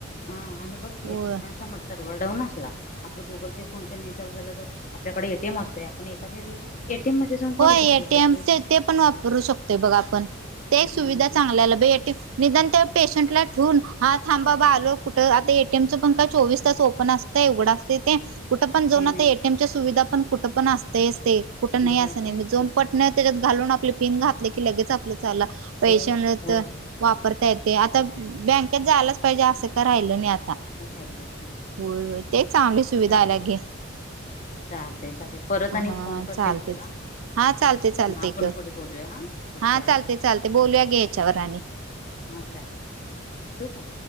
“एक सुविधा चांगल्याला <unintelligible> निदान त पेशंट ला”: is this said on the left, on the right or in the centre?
Right